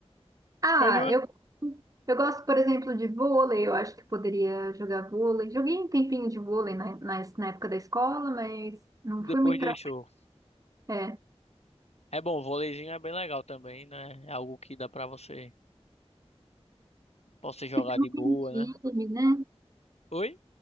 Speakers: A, on the right; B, on the left.
A: Ah,
B: Mas eu-
A: eu, eu gosto, por exemplo, de vôlei. Eu acho que poderia jogar vôlei. Joguei um tempinho de vôlei na, na, na época da escola, mas não
B: Depois
A: fui muito
B: deixou.
A: pra... É,
B: É bom, o voleizinho é bem legal também, né? É algo que dá pra você, possa jogar
A: que também
B: de boa,
A: é em
B: né?
A: time, né?
B: Oi?